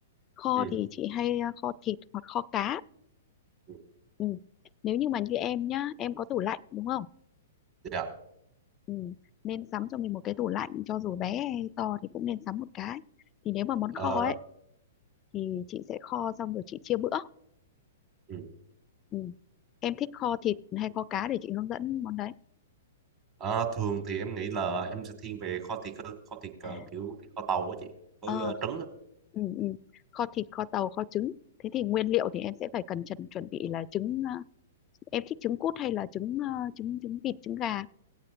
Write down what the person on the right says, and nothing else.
ừ
ừ,
dạ
Ờ,
ừ
Ờ, thường thì em nghĩ là em sẽ thiên về kho thịt hơn kho thịt ờ,
kiểu thịt kho tàu á chị với
ờ, trứng á.